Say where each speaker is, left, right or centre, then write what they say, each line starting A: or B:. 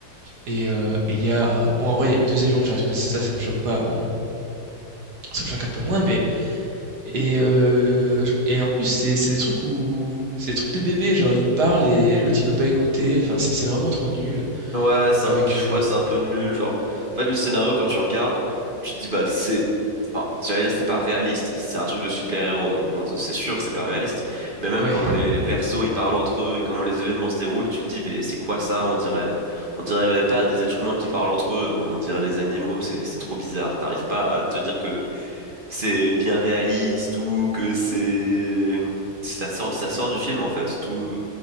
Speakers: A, on the right; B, on the right.
A: et heu, et il y a, euh, bon, en vrai, il y a 2 avions de chasse, mais ça ça ça me choque pas, heu, ça me choque un peu moins, mais et heu, j et en plus, c'est c'est des trucs où c'est des trucs de bébé, genre, il parle et l'autre, il veut pas écouter, enfin, c'est c'est vraiment trop nul
B: Ouais, c'est
A: avec,
B: un, pff,
A: heu,
B: ouais, c'est un peu nul, genre. En fait, le scénario, quand tu regardes, tu te dis, bah, c'est, enfin, j'allais dire, c'est pas réaliste. C'est un truc de super-héros, donc bon, c'est sûr, que c'est pas réaliste. Mais même
A: ouais,
B: comment les, les persos, ils parlent entre eux et comment les événements se déroulent, tu te dis, mais c'est quoi ça? On dirait, on dirait pas des êtres humains qui parlent entre eux, on dirait des animaux, c'est, c'est trop bizarre. T'arrives pas à te dire que c'est bien réaliste ou que c'est, ça sort, ça te sort du film, en fait. Tout,